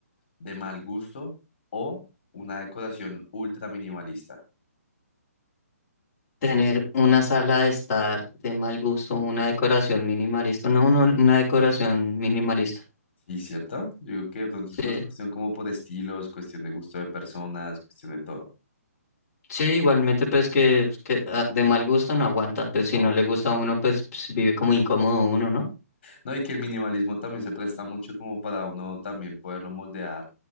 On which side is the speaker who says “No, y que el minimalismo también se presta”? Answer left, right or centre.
Left